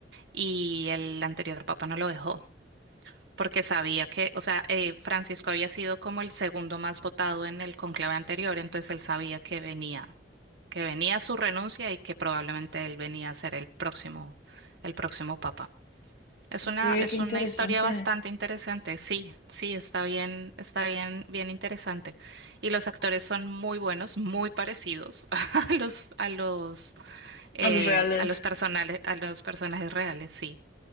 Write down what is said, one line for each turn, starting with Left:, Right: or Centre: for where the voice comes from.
Right: y el anterior Papa no lo dejó porque sabía que, o sea, eh, Francisco había sido como el segundo más votado en el conclave anterior, entonces él sabía que venía, que venía su renuncia y que probablemente él venía a ser el próximo, el próximo papa. Es
Left: Ok,
Right: una,
Left: qué
Right: es
Left: interesante.
Right: una historia bastante interesante, sí, sí, está bien, está bien, bien interesante. Y los actores son muy buenos, muy parecidos <laughs> a los, a los, eh,
Left: a los reales.
Right: a los personales, a los personajes reales, sí,